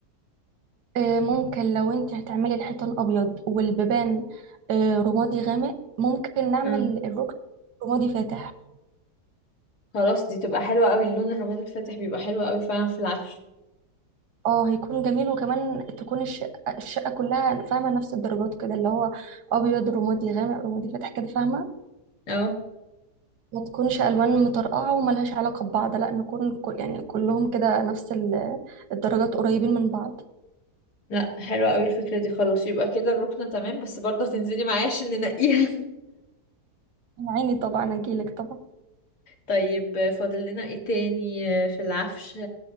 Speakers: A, on the right; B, on the left.
A: آه، ممكن لو انت هتعملي الحيطان ابيض والبيبان آه، رمادي غامق ممكن نعمل
B: آه.
A: الركن رمادي فاتح
B: خلاص دي تبقى حلوة قوي اللون الرمادي الفاتح بيبقى حلو قوي فعلا في العفش
A: اه هيكون جميل وكمان تكون الشقه الشقه كلها فاهمه نفس الدرجات كده اللي هو ابيض رمادي غامق رمادي فاتح كده فاهمه
B: اه
A: ما تكونش الوان مطرقعه وملهاش علاقه ببعض لا نكون كل يعني كلهم كده نفس ال- الدرجات قريبين من بعض
B: لا حلوة قوي الفكرة دي خلاص يبقى كده الركنة تمام بس برضه هتنزلي معايا عشان ننقيها
A: عيني طبعا اجيلك طبعا
B: طيب فاضل لنا ايه تاني في العفش